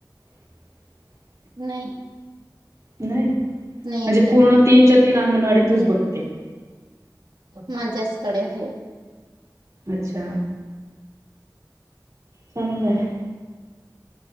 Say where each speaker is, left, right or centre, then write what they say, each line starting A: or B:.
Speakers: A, on the right; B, on the right.
A: <inaudible>
B: नाही.
A: नाही, म्हणजे
B: नाही येते
A: पूर्ण तीनच्या तीन अंगणवाडीतूच
B: हम्म,
A: बघते.
B: माझ्याचकडे आहे.
A: अच्छा! चांगलंय.